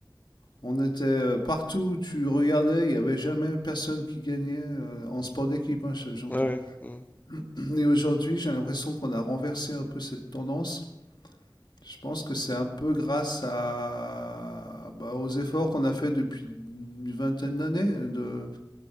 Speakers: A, on the left; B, on the left.
A: On était euh, partout où tu regardais, il n'y avait jamais personne qui gagnait euh, en sport d'équipe, hein, je- j'entends.
B: Ouais, ouais. mm,
A: <clears throat> Et aujourd'hui, j'ai l'impression qu'on a renversé un peu cette tendance. Je pense que c'est un peu grâce à, bah, aux efforts qu'on a fait depuis une vingtaine d'années de,